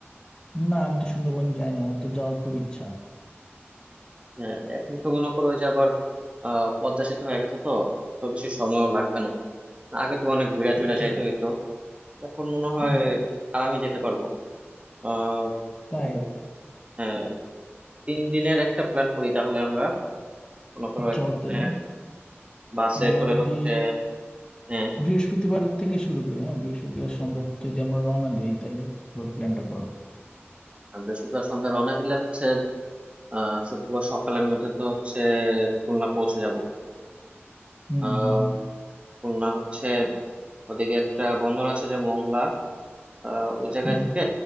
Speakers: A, on the left (about 20°); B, on the right (about 25°).
A: না আমি তো সুন্দরবন যাই না আমার তো যাওয়ার খুব ইচ্ছা
B: হ্যাঁ, এখন তো মনে করো ওই যে আবার আহ পদ্মা সেতু হয়ে গেছে তো তো বেশি সময়ও লাগবে না আগে তো অনেক ঘুরে টুরে
A: আচ্ছা
B: যাইতে হইতো এখন মনে হয়
A: হুম
B: আরামে যেতে পারবো আহ
A: তাই
B: তো হ্যাঁ তিন দিনের একটা প্ল্যান করি তাহলে আমরা মনে করো
A: চলো
B: এখানে
A: তাহলে
B: বাসে
A: আমরা
B: করে
A: যদি
B: হচ্ছে হ্যাঁ
A: বৃহস্পতিবার থেকে শুরু করি হ্যাঁ বৃহস্পতিবার সন্ধ্যা যদি আমরা রওনা দেই তাহলে এবার প্ল্যানটা করো
B: আর বৃহস্পতিবার সন্ধ্যা রওনা দিলে হচ্ছে আহ শুক্রবার সকালের মধ্যে তো হচ্ছে খুলনা পৌঁছে যাব
A: হুম
B: আহ
A: হুম
B: খুলনা হচ্ছে ওদিকে একটা বন্দর আছে যে মংলা আহ ওই জায়গা
A: হুম হুম।
B: থেকে